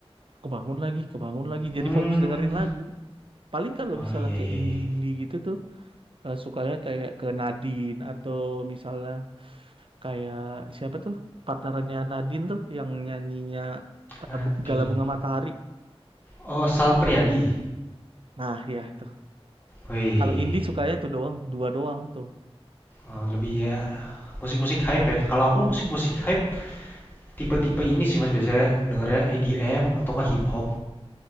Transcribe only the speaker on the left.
Mmm,
oh
iya
iya
iya.
Nadine.
Oh, Sal Priadi.
Wih.
Oh, lebih ya musik-musik hype ya. Kalau aku musik-musik hype tipe-tipe ini sih Mas biasanya dengernya EDM atau enggak hip hop